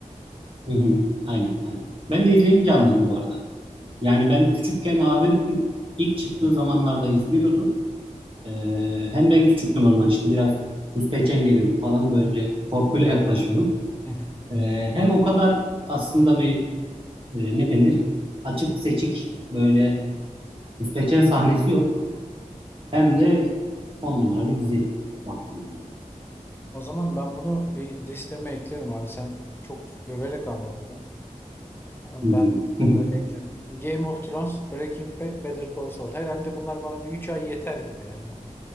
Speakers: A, on the right (about 40°); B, on the left (about 15°).
A: Hı hı. Aynen aynen. Ben de izleyince anladım bu arada. Yani ben küçükken abim ilk çıktığı zamanlarda izliyordu. Ee, hem ben küçüktüm o zaman işte biraz müstehcen geliyordu falan böyle korkuyla yaklaşıyordum.
B: <laughs>
A: Ee, hem o kadar aslında bir e, ne denir açık seçik böyle müstehcen sahnesi yok. Hem de on numara bir dizi baktığın zaman.
B: O zaman ben bunu bir listeme eklerim abi. Sen çok överek anlattın. Ama
A: Hı hı.
B: Ben
A: <laughs>
B: onları eklerim. Game of Thrones, Breaking Bad, Better Call Saul. Herhalde bunlar bana bir 3 ay yeter gibi yani.